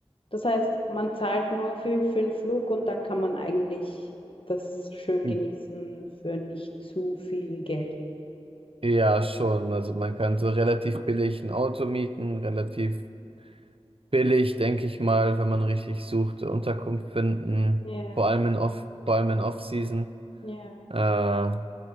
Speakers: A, on the left (about 55°); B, on the right (about 60°).
A: Das heißt, man zahlt nur für, für den Flug und dann kann man eigentlich das schön
B: Hm.
A: genießen für nicht zu viel Geld.
B: Ja, schon. Also man kann so relativ billig ein Auto mieten, relativ billig, denke ich mal, wenn man richtig sucht, Unterkunft finden,
A: Ja,
B: vor allem in Off, vor allem in Off-Season.
A: ja.
B: Äh,